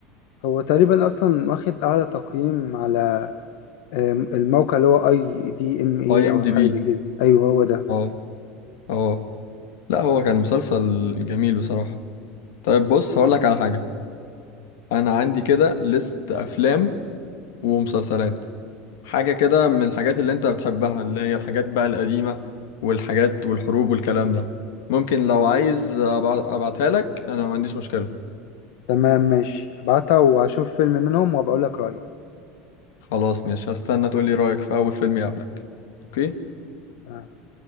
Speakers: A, on the left; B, on the left.
A: هو تقريبا اصلا واخد اعلى تقييم على آم، الموقع اللي هو اي دي ام اي
B: اي ام
A: او
B: دي
A: حاجه
B: بي
A: زي كده ايوه هو ده
B: اه اه لا هو كان مسلسل جميل بصراحة طيب بص هقولك على حاجة انا عندي كده ليست افلام ومسلسلات حاجة كده من الحاجات اللي انت بتحبها اللي هي الحاجات بقى القديمة والحاجات والحروب والكلام ده ممكن لو عايز أبع- ابعتها لك انا ما عنديش مشكلة
A: تمام ماشي ابعتها واشوف فيلم منهم وبقول لك رايي
B: خلاص مش هستنى تقولي رأيك في اول فيلم يقابلك اوكي
A: تمام.